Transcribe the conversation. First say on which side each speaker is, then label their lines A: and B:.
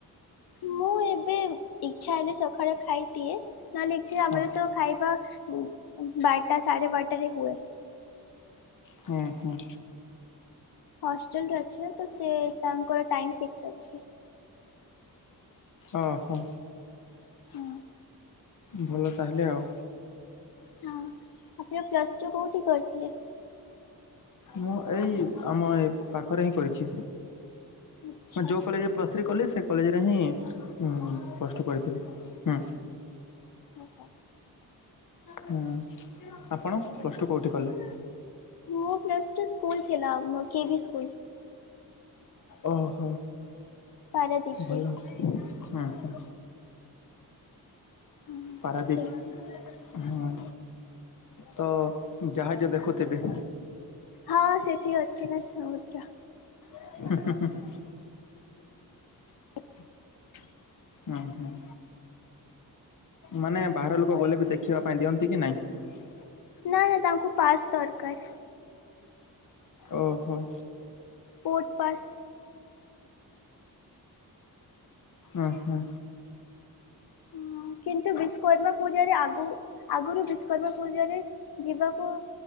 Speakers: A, on the left; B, on the left.
A: ମୁଁ ଏବେ ଇଚ୍ଛା ହେଲେ ସଖାଳେ ଖାଇ ଦିଏ। ନଲେ ଏଠି ଆମର
B: ହଁ
A: ତ ଖାଇବା ଵାରେଟା ସାଢ଼େ ବାରେଟା ରେ ହୁଏ।
B: ହୁଁ ହୁଁ।
A: ହଷ୍ଟେଲରେ ଅଛି ନା ସେ ତାଙ୍କର ଟାଇମ ଫିକ୍ସ ଅଛି।
B: ଓହୋ।
A: ହୁଁ।
B: ଭଲ ତାହେଲେ ଆଉ।
A: ହଁ ଆପଣ ପ୍ଲସ୍ ଟୁ କେଉଁଠି କରିଥିଲେ?
B: ମୁଁ ଏଇ ଆମ ଏ ପାଖରେ ହିଁ କରିଛି
A: ଆଚ୍ଛା
B: ଯୋଉ କଲେଜ ପ୍ଲସ୍ ଥ୍ରୀ କଲି ସେ କଲେଜରେ ହିଁ ପ୍ଲସ୍ ଟୁ ପଢ଼ିଥିଲି, ହୁଁ
A: ଓହୋ।
B: ହୁଁ ଆପଣ ପ୍ଲସ ଟୁ କୋଉଠି କଲେ?
A: ମୁଁ ପ୍ଲସ ଟୁ ସ୍କୁଲ ଥିଲା, କେ ଭି ସ୍କୁଲ।
B: ଓହୋ
A: ପାରାଦୀପ
B: ଭଲ।
A: ଦେଇ
B: ହୁଁ।
A: ହଁ
B: ପାରାଦୀପ
A: ତ ସେ
B: ହଁ। ତ ଜାହାଜ ଦେଖୁଥିବେ?
A: ହଁ ସେଠି ଅଛି ନା ସମୁଦ୍ର।
B: ହୁଁ ହୁଁ ହୁଁ।
A: <inaudible>
B: ଉଁ ହୁଁ। ମାନେ ବାହାର ଲୋକ
A: ହଇ
B: ଗଲେ ବି ଦେଖିବା ପାଇଁ ଦିଅନ୍ତି କି ନାହିଁ?
A: ନା ନା ତାଙ୍କୁ ପାସ୍ ଦରକାର।
B: ଓହୋ।
A: Photo pass.
B: ଓ ହୋ
A: ହୁଁ କିନ୍ତୁ ବିଷ୍କର୍ମା ପୂଜାରେ ଆଗୁ ଆଗୁରୁ ବିଷ୍କ୍ରମା ପୂଜାରେ- ଯିବାକୁ